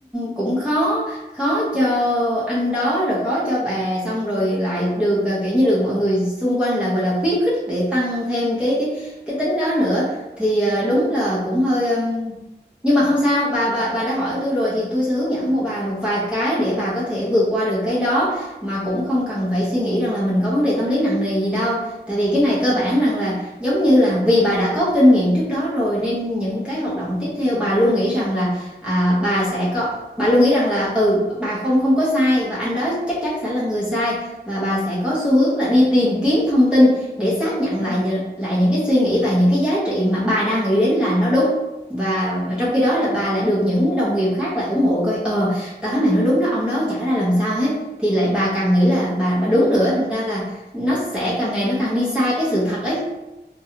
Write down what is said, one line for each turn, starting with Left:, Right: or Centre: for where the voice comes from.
Centre: cũng khó khó cho anh đó rồi khó cho bà xong rồi lại được à, kiểu như được mọi người xung quanh lại gọi là khuyến khích để tăng thêm cái cái cái tính đó nữa thì à, đúng là cũng hơi ừm, nhưng mà không sao bà bà bà đã hỏi tôi rồi thì tôi sẽ hướng dẫn một bà một vài cái để bà có thể vượt qua được cái đó mà cũng không cần phải suy nghĩ rằng là mình có vấn đề tâm lý nặng nề gì đâu tại vì cái này
Left: ừ
Centre: cơ bản rằng là giống như là vì bà đã có kinh nghiệm trước đó rồi nên những cái hoạt động tiếp
Left: ừ
Centre: theo bà luôn nghĩ rằng là à, bà sẽ có bà luôn nghĩ rằng là ừ bà không không có sai và anh đó chắc chắn sẽ là người sai và bà sẽ có
Left: ừ
Centre: xu hướng là đi tìm kiếm thông tin để xác nhận
Left: ừ
Centre: lại nhờ- lại những cái suy nghĩ và những cái giá trị mà bà đang nghĩ đến là nó đúng và, và
Left: ừ
Centre: trong khi đó là bà lại được những đồng nghiệp khác lại ủng hộ coi ờ tao thấy mày nói đúng đó ông đó chả ra làm sao hết thì lại bà càng nghĩ là bà bà đúng nữa thành ra là nó sẽ càng ngày nó càng đi xa cái sự thật ấy